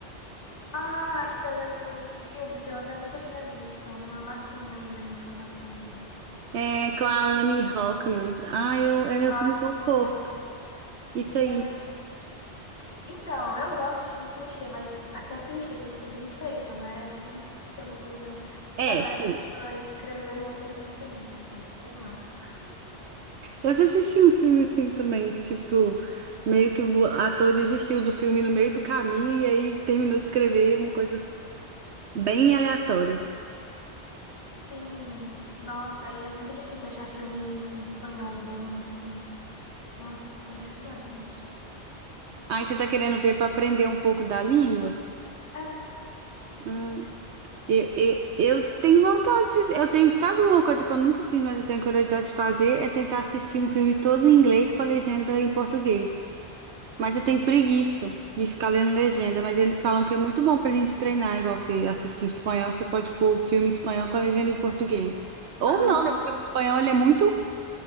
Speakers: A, on the left; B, on the right.
A: Ah, acho que você já me falou desse filme, que eu até nunca tinha visto. Uma lacuna aí na minha formação de
B: É com a Anne Hathaway. Ah, eu é meu
A: Hot
B: filme conforto.
A: Hatway.
B: Isso aí.
A: É verdade. Então, eu gosto de filme clichê, mas até clichê tem que ser bem feito, né? Não tem que ser uma coisa. Sabe,
B: É,
A: parece
B: sim.
A: que a pessoa escreveu o roteiro com preguiça, sei lá.
B: Eu já assisti um filme assim também, tipo, meio que o ator desistiu do filme no meio do caminho e aí terminou de escrever uma coisa Bem aleatório.
A: Sim, nossa, e é muito difícil achar filme em espanhol bom, assim. Nossa, tô tendo dificuldade com isso.
B: Aí você tá querendo ver para aprender um pouco da língua?
A: É,
B: Hum. E, e- eu tenho vontade, de- eu tenho, sabe uma coisa que eu nunca fiz, mas eu tenho curiosidade de fazer, é tentar assistir um filme todo em inglês com a legenda em português. Mas eu tenho preguiça de ficar lendo legenda, mas eles falam que é muito bom pra gente treinar, igual você assistir em espanhol, você pode pôr o filme em espanhol com a legenda em português. Ou
A: aham.
B: não, né? Porque o espanhol ele é muito,